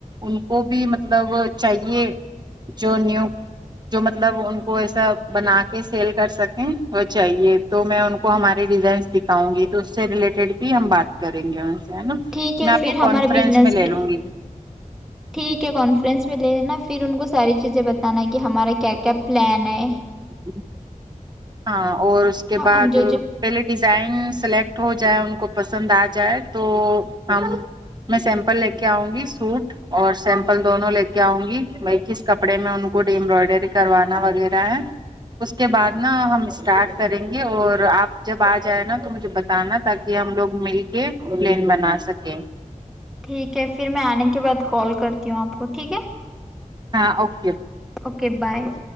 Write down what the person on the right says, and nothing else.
ان کو بھی مطلب چاہیے جو نیو جو مطلب ان کو ایسا بنا کے سیل کر سکیں وہ چاہیے تو میں ان کو ہمارے ڈیزائنس دکھاؤں گی تو اس سے ریلیٹیڈ بھی ہم بات کریں گے ہے نا
میں آپ
کو
کانفرنس
میں لے
لوں گی
<inaudible> ہاں اور اس کے بعد
پہلے ڈیزائن سلیکٹ ہو جائے ان کو پسند آ جائے تو ہم میں سیمپل لے کے آؤں گی سوٹ اور سیمپل دونوں لے کے آؤں گی بی کس کپڑے میں ان کو ڈیمبرائڈری کروانا وغیرہ ہے اس کے بعد نہ ہم سٹارٹ کریں گے اور آپ جب آ جائیں نا تو مجھے بتانا تاکہ ہم لوگ مل کے پلین بنا سکیں
<inaudible>